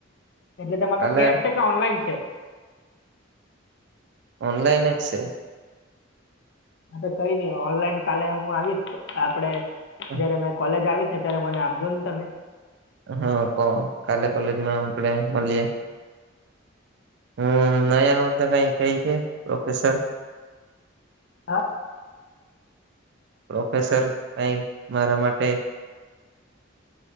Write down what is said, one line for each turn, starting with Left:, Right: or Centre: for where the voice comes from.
Left: એટલે તમારા
Right: કાલે
Left: કેશ છે કે ઓનલાઈન છે?
Right: ઓનલાઇન જ છેે.
Left: હ તો કઈ નઈ ઓનલાઈન કાલે હું આવીશ આપડે
Right: હા
Left: જયારે મેં કોલેજ આવીશ ને ત્યારે મને આપજો ને તમે.
Right: હા કોણ કાલે કોલેજમાં આપે મળીએ. હમ. નઈ આવું તો કઈ કે પ્રોફેસર?
Left: હા
Right: પ્રોફેસર કઈ મારા માટે?